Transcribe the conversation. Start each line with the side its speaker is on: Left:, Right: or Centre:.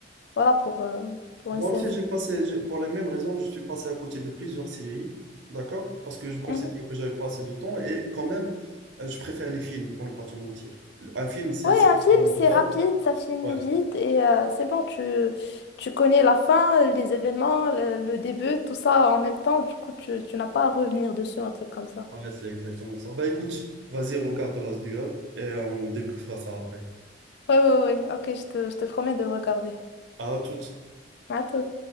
Left: voilà, pour, euh, pour
Right: Moi
Left: une série.
Right: aussi, j'ai passé, j'ai- pour les mêmes raisons, je suis passé à côté de plusieurs séries, d'accord? Parce que je considère
Left: Mhm.
Right: que j'avais pas assez de temps et quand même, euh, je préfère les films, pour ne pas te mentir. Un film, c'est
Left: Ouais,
Right: c'est
Left: un film,
Right: deux
Left: c'est rapide,
Right: heures.
Left: ça finit
Right: Ouais,
Left: vite et euh, c'est bon, tu, tu connais la fin, les événements, le, le début, tout ça en même temps. Du coup, tu, tu n'as pas à revenir dessus, un truc comme ça.
Right: ouais, c'est exactement ça. Bah écoute, vas-y, regarde The Last Duel et on débriefera ça après.
Left: Ouais, ouais, ouais, ok, je te, je te promets de le regarder.
Right: À toutes.
Left: À tout.